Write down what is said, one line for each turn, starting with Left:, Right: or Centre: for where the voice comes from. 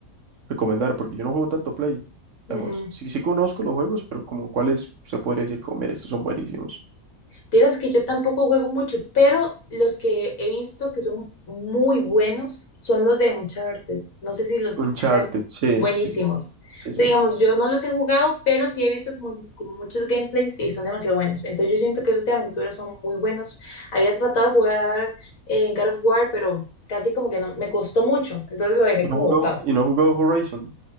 Right: recomendar? Porque yo no juego tanto Play.
Left: Ujú.
Right: Digamos, sí, sí conozco los juegos, pero como cuáles se podría decir, como, mira, estos son buenísimos.
Left: Vieras que yo tampoco juego mucho, pero los que he visto que son muy buenos son los de Uncharted. No sé si los
Right: Uncharted,
Left: si saben,
Right: sí,
Left: buenísimos.
Right: sí, sí, sí,
Left: O
Right: sí.
Left: sea,
Right: sí.
Left: digamos, yo no los he jugado, pero sí he visto como, como muchos gameplays y son demasiado buenos. Entonces yo siento que esos de aventuras son muy buenos. Había tratado de jugar en God of War, pero casi como que no, me costó mucho, entonces lo dejé
Right: Y
Left: como
Right: no he jugado,
Left: botado.
Right: y no he jugado Horizon.